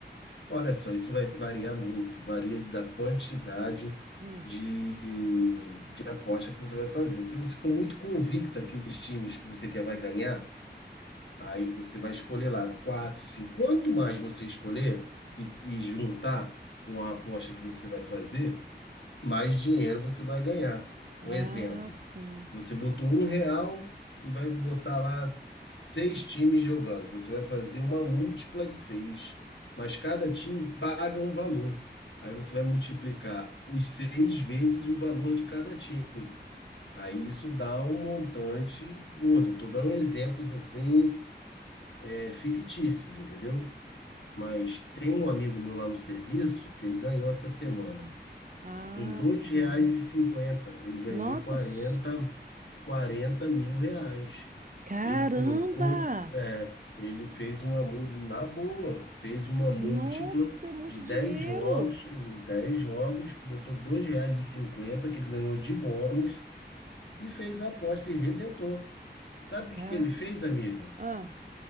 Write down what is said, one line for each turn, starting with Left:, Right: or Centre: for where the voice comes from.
Left: Olha só, isso vai variar muito, varia da quantidade
Right: Hum.
Left: de, de aposta que você vai fazer. Se você for muito convicta que os times que você quer vai ganhar, aí você vai escolher lá quatro, cinco. Quanto mais você escolher e, e juntar com a aposta que você vai fazer, mais dinheiro você vai ganhar.
Right: Ah,
Left: Um exemplo,
Right: sim.
Left: você botou um real e vai botar lá seis times jogando. Você vai fazer uma múltipla de seis, mas cada time paga um valor. Aí você vai multiplicar os seis vezes o valor de cada time. Aí isso dá um montante gordo. Estou dando exemplos assim, é, fictícios, entendeu? Mas tem um amigo meu lá no serviço que ele ganhou essa semana.
Right: Ah,
Left: Com dois
Right: sim.
Left: reais e cinquenta, ele ganhou
Right: Nossa,
Left: quarenta
Right: s-
Left: quarenta mil reais.
Right: caramba!
Left: Ele colocou, é, ele fez uma, mu- na boa, fez uma múltipla
Right: Nossa, é muito
Left: de 10
Right: dinheiro.
Left: jogos, em 10 jogos, botou dois reais e cinquenta, que ele ganhou de bônus, e fez a aposta e rebentou. Sabe
Right: Ca...
Left: o que que ele fez, amiga?
Right: Ah.